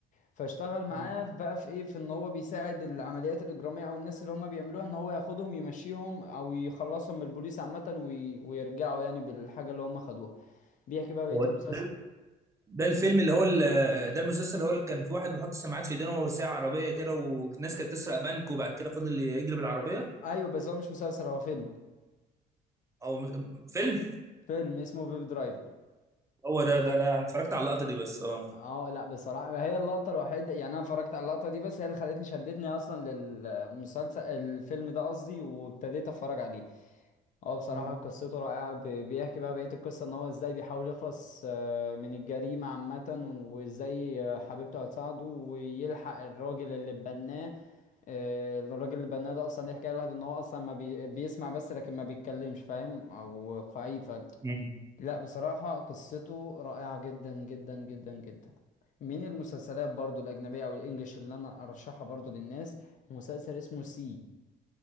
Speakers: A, on the left (about 50°); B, on the right (about 20°).
A: فاشتغل معاه
B: مم.
A: في- بقى في ايه في ان هو بيساعد العمليات الاجراميه او الناس اللي هم بيعملوها ان هو ياخدهم يمشيهم او يخلصهم من البوليس عامه وي... ويرجعوا يعني بالحاجه اللي هم خدوها بيحكي بقى بقيه
B: هو
A: المسلسل
B: ده ده الفيلم اللي هو ال- ده المسلسل اللي هو اللي كان في واحد بيحط سماعات في ايدينه وساعة عربية كده والناس كانت تسرق بنك وبعد كده فضل يجري بالعربية
A: ايوه بس هو مش مسلسل هو فيلم
B: او م- فيلم
A: فيلم اسمه بيب درايفر
B: هو ده ده ده انا اتفرجت على اللقطة دي بس اه
A: اه لا بصراحة هي اللقطة الوحيدة يعني انا اتفرجت على اللقطة دي بس هي اللي خلتني شدتني اصلا للمسلسل الفيلم ده قصدي وابتديت اتفرج عليه هو بصراحة
B: مم.
A: قصته رائعة بي- بيحكي بقى بقية القصة ان هو ازاي بيحاول يخلص آه، من الجريمة عامة وازاي آه، حبيبته هتساعده ويلحق الراجل اللي بناه آه، الراجل اللي بناه ده اصلا ليه حكاية لوحده ان هو اصلا ما بي... بيسمع بس لكن ما بيتكلمش فاهم او قعيد
B: مم.
A: لا بصراحة قصته رائعة جدا جدا جدا جدا من المسلسلات برضو الأجنبية أو الإنجليش اللي أنا أرشحها برضو للناس مسلسل اسمه سي